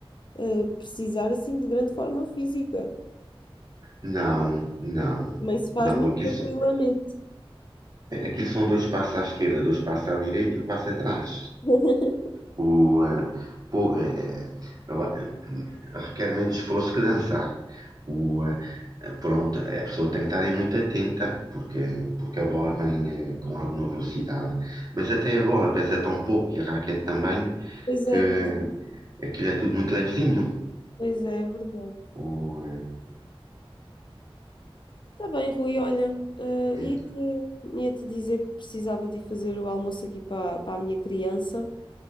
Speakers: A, on the left; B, on the right.
A: eh, precisar assim de grande forma física.
B: Não, não,
A: Também se faz
B: não,
A: muito
B: aquilo,
A: tranquilamente.
B: são- aquilo são dois passos à esquerda, dois passos à direita e um passo atrás.
A: <laughs>
B: O, eh, pô, eh, eh, eu a- eh, requer menos esforço que dançar. O, eh, eh, pronto, a pessoa tem que estar aí muito atenta, porque, porque a bola vem eh, com alguma velocidade. Mas até a bola pesa tão pouco e a raquete também,
A: Pois é,
B: que
A: pois é,
B: aquilo é tudo muito levezinho.
A: pois é, é verdade.
B: O,
A: Está bem, Rui, olha, eh,
B: eh,
A: ia-te
B: eh,
A: ia-te dizer que precisava de ir fazer o almoço aqui para para a minha criança